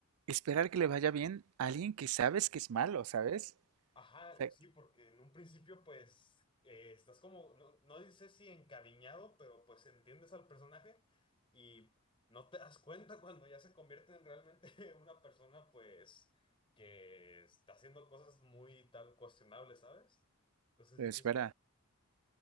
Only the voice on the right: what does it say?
esperar que le vaya bien a alguien que sabes que es malo, ¿sabes?
O sea,
lo
esperas.